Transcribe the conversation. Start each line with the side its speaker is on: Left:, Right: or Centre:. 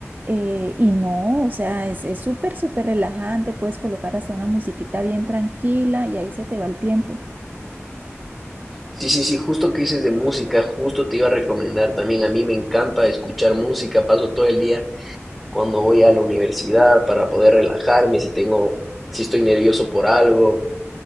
Right: Eh, y no, o sea, es es súper, súper relajante, puedes colocar hasta una musiquita bien tranquila y ahí se te va el tiempo.
Centre: Sí, sí, sí, justo que dices de música, justo te iba a recomendar también, a mí me encanta escuchar música, paso todo el día cuando voy a la universidad para poder relajarme, si tengo, si estoy nervioso por algo,